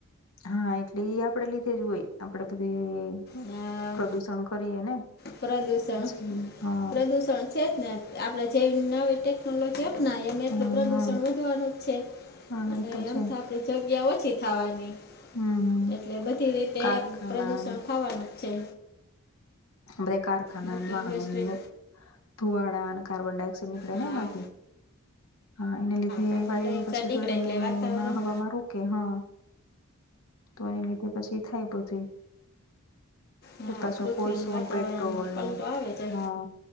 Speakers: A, on the left; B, on the left.
A: હા એટલે એ આપડે લીધે જ હોય આપડે બધી
B: અ,
A: પ્રદુષણ કરીએ ને
B: પ્રદૂષણ
A: પછી. હા
B: પ્રદુષણ છે જ ને આપડે જવી ન ટેકનોલોજી અપનાય એમ એટલું
A: હા
B: પ્રદુષણ
A: હા
B: વધવાનું છે
A: હા
B: અને
A: એ તો છે
B: એમ થ તે જગ્યા ઓછી થવાની
A: હમ હમ
B: એટલે બધી રીતે
A: કારખાના
B: પ્રદુષણ
A: ન
B: ખાવાનું જ છે
A: આપરે કારખાના
B: મોટી
A: વાહનને
B: ઇન્ડસ્ટ્રી
A: ધુવાડા અને કાર્બન ડાયોક્સાઇડ નીકળે
B: હા
A: ને એમાંથી હા એને લીધે
B: કાર્બન
A: વાયુમાં
B: ડાયોક્સાઇડ
A: પછી
B: નીકળે
A: ગરમીમાં
B: એટલે વાતાવરણ
A: હવામાં રો કે હા તો એને લીધે પછી થાય
B: હા
A: પાછ
B: પૃથ્વીનું
A: કોલસન
B: વાતાવરણમાં
A: પેટ્રોલને
B: પલટો આવે છે
A: હા